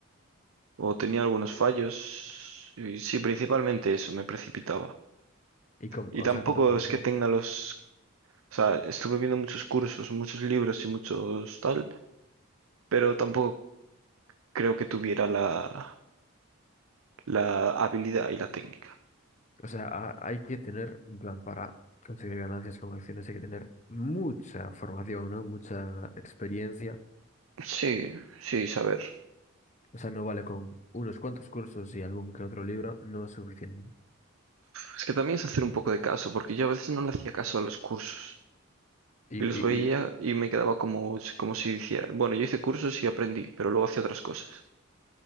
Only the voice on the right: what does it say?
o tenía algunos fallos. Y sí, principalmente eso, me precipitaba.
Y
tampoco
es que tenga los... O sea, estuve viendo muchos cursos, muchos libros y muchos tal, pero tampoco creo que tuviera la la habilidad y la técnica.
Sí, sí, saber.
Es que también es hacer un poco de caso, porque yo a veces no le hacía caso a los cursos.
Y los veía
y me quedaba como, si- como si hiciera. Bueno, yo hice cursos y aprendí, pero luego hacía otras cosas.